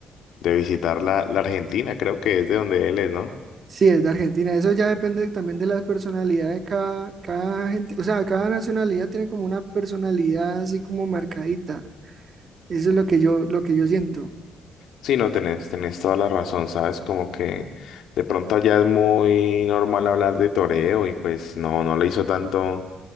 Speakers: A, on the left; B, on the right.
A: de visitar la, la Argentina, creo que es de donde él es, ¿no?
B: Sí, es de Argentina. Eso ya depende también de la personalidad de cada, cada gente. O sea, cada nacionalidad tiene como una personalidad así como marcadita. Eso es lo que yo, lo que yo siento.
A: Sí, no tenés, tenés toda la razón, ¿sabes? Como que de pronto allá es muy normal hablar de toreo y pues no, no le hizo tanto